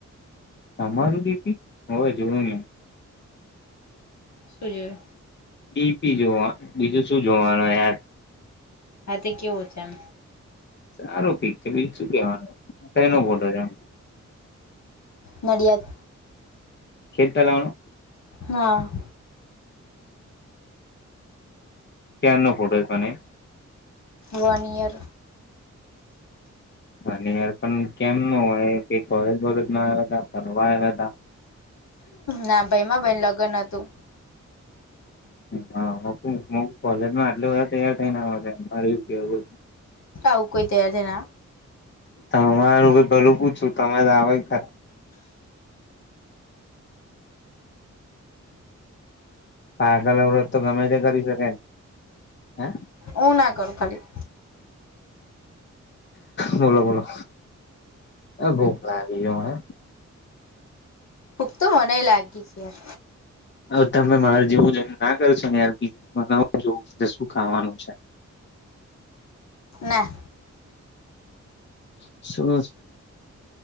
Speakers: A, on the left; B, on the left.
A: તમારુ ડી પી, હોવે જોયુંને.
B: શું જોયું?
A: ડી પી જોવા, બીજું શું જોવાનો યાર?
B: હા તે કેવો છે એમ?
A: સારું પીક છે બીજું શું કેવાનું? કૈનો ફોટો છે એમ?
B: નડિયાદ.
A: કેટલાણું
B: હા.
A: ક્યારનો ફોટો ક ને?
B: One year.
A: વન યર પણ કેમ નો હોય એ કઈ કોલેજ બોલેજ ના આઈવા તા, ફરવા આઈવા તા?
B: ના ભઈ માં ભઇન લગન હતું.
A: હા મુકુ મ કોલેજમાં આટલા બધા તૈયાર થઈને આવે છે, મારે એવું કેહવુ હ
B: ર આઉ કોઈ તૈયાર થઇ ના.
A: તમારું ભી ભલું પૂછું તમે લાવે એ ખરા. પાગળ અવરોત તો ગમે તે કરી શકેન, હે?
B: ઉ ના કરું ખાલી.
A: બોલો બોલો. અ ભૂખ લાગી એ મને.
B: ભૂખ તો મનેઈ લાગી છે યાર.
A: હવે તમે મારા જેવું જોઈને ના કરશો ને યાર પી <inaudible> મને હો જોવું, શું ખાવાનું છે?
B: ના.
A: શું?